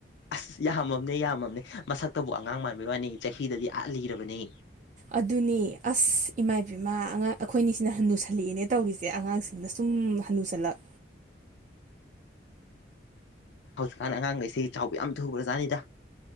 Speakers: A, on the left; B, on the right.
A: ꯑꯁ ꯌꯥꯝꯃꯝꯅꯦ ꯌꯥꯝꯃꯝꯅꯦ ꯃꯁꯛꯇꯕꯨ ꯑꯉꯥꯡ ꯃꯥꯟꯕꯩ ꯋꯥꯅꯤ ꯆꯍꯤꯗꯗꯤ ꯑꯥꯠ ꯂꯤꯔꯕꯔꯕꯅꯦ
B: ꯑꯗꯨꯅꯤ ꯑꯁ ꯏꯃꯥ ꯏꯕꯃꯥ ꯑꯩꯈꯣꯏꯅꯤꯁꯤꯅ ꯍꯟꯅꯨꯁꯜꯂꯛꯑꯦꯅꯦ ꯇꯧꯔꯤꯁꯦ ꯑꯉꯥꯡꯁꯤꯡꯅ ꯁꯨꯝ ꯍꯅꯨꯁꯜꯂꯛ
A: ꯍꯧꯖꯤꯛꯀꯥꯟ ꯑꯉꯥꯡꯈꯩꯁꯤ ꯆꯥꯎꯕ ꯌꯥꯝ ꯊꯨꯈ꯭ꯔꯖꯥꯠꯅꯤꯗ